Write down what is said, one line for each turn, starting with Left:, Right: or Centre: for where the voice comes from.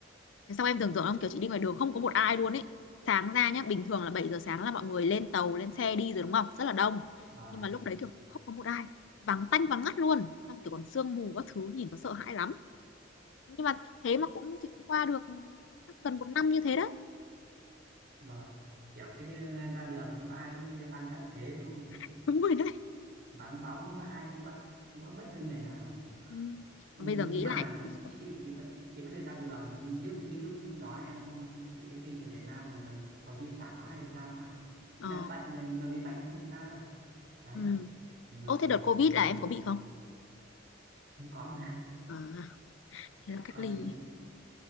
Left: Thế xong em tưởng tượng không kiểu chị đi ngoài đường không có một ai luôn ấy. Sáng ra nhá, bình thường là 7 giờ sáng là mọi người lên tàu, lên xe đi rồi đúng không? Rất là đông.
Right: vâng
Left: Nhưng mà lúc đấy kiểu không có một ai, vắng tanh vắng ngắt luôn. Xong kiểu còn sương mù các thứ nhìn nó sợ hãi lắm. Nhưng mà thế mà cũng chị cũng qua được chắc gần một năm như thế đấy.
Right: vâng kiểu cứ như ra đường không có ai cứ như đang tận thế đúng không chị
Left: <laughs> Đúng rồi đấy.
Right: <laughs> vắng bóng không có ai không có không có bất cứ người nào
Left: Ừ.
Right: Ừ,
Left: Mà
Right: nhưng
Left: bây giờ nghĩ
Right: mà
Left: lại thì sợ.
Right: chị vẫn chị vẫn được ra đường như như lúc đó em bị cách ly ở Việt Nam mà hầu như chả có ai ra cả như
Left: Ờ.
Right: là bệnh người người bị bệnh là không được ra đâu đấy
Left: Ừ.
Right: Chỉ người
Left: Ô thế
Right: kiểu
Left: đợt Covid
Right: người nào
Left: là em có bị không?
Right: em có mà
Left: À, thế
Right: <laughs>
Left: là cách
Right: có
Left: ly.
Right: dính